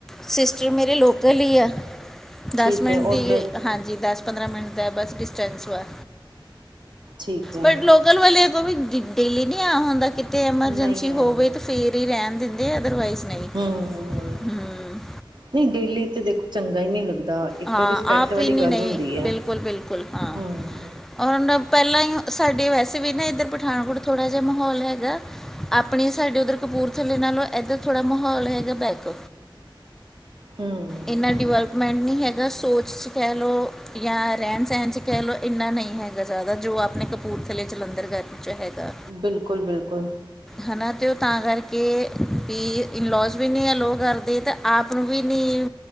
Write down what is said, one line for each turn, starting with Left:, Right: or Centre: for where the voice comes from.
Centre: ਸਿਸਟਰ ਮੇਰੇ ਲੋਕਲ ਈ ਆ, ਦਸ
Right: ਠੀਕ
Centre: ਮਿੰਟ
Right: ਹੈ ਔਰ
Centre: ਦੀ
Right: ਬ੍ਰਦਰ
Centre: ਹਾਂਜੀ ਦਸ ਪੰਦਰਾਂ ਮਿੰਟ ਦਾ ਬਸ ਡਿਸਟੈਂਸ ਵਾ,
Right: ਠੀਕ ਹੈ
Centre: ਬਟ ਲੋਕਲ ਵਾਲੇ ਵੀ ਡੇਲੀ ਨਹੀ ਆ ਹੁੰਦਾ ਕਿਤੇ ਐਮਰਜੈਂਸੀ
Right: ਨਹੀਂ ਆਇਆ
Centre: ਹੋਵੇ ਫੇਰ ਹੀ ਰਹਿਣ ਦਿੰਦੇ ਅਦਰਵਾਈਜ਼ ਨਹੀਂ
Right: ਹੂੰ,
Centre: ਹੂੰ
Right: ਨੀ ਡੇਲੀ ਤੇ ਦੇਖੋ ਚੰਗਾ ਈ ਨਹੀਂ ਲੱਗਦਾ। ਇੱਕ
Centre: ਹਾਂ
Right: ਰਿਸਪੈਕਟ
Centre: ਆਪ
Right: ਵਾਲੀ
Centre: ਇਨੀ
Right: ਗੱਲ
Centre: ਨਹੀਂ
Right: ਹੁੰਦੀ ਹੈ।
Centre: ਬਿਲਕੁਲ ਬਿਲਕੁਲ ਹਾਂ।
Right: ਹੂੰ
Centre: ਔਣ ਪਹਿਲਾਂ ਈ ਸਾਡੇ ਵੈਸੇ ਵੀ ਨਾ ਇੱਧਰ ਪਠਾਨਕੋਟ ਥੋੜ੍ਹਾ ਜਿਹਾ ਮਾਹੌਲ ਹੈਗਾ। ਆਪਣੀ ਸਾਡੇ ਉੱਧਰ ਕਪੂਰਥੱਲੇ ਨਾਲੋਂ ਇੱਧਰ ਥੋੜ੍ਹਾ ਮਾਹੌਲ ਹੈਗਾ ਬੈਕ।
Right: ਹੂੰ
Centre: ਇੰਨਾ ਡਿਵੈਲਪਮੈਂਟ ਨੀ ਹੈਗਾ ਸੋਚ ' ਕਹਿ ਲਉ। ਜਾਂ ਰਹਿਣ ਸਹਿਣ 'ਚ ਕਹਿ ਲਓ ਇੰਨਾ ਨਹੀਂ ਹੈਗਾ ਜ਼ਿਆਦਾ ਜੋ ਆਪਣੇ ਕਪੂਰਥਲੇ, ਜਲੰਧਰ ਗਰ 'ਚ ਹੈਗਾ।
Right: ਬਿਲਕੁਲ ਬਿਲਕੁਲ।
Centre: ਹੈ ਨਾ ਤੇ ਉਹ ਤਾਂ ਕਰਕੇ ਵੀ ਇਨਲੋਸ ਵੀ ਨਹੀਂ ਹੈ ਲੋਅ ਕਰਦੇ ਤਾਂ ਆਪ ਨੂੰ ਵੀ ਨੀ